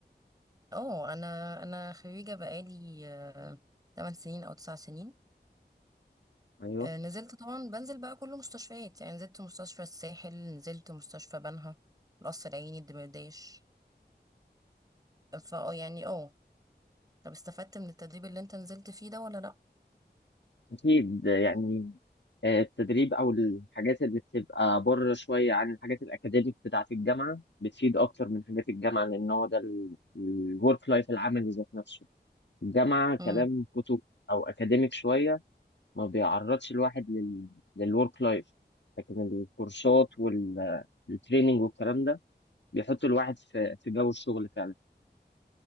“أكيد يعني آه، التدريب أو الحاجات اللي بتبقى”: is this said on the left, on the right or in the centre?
Left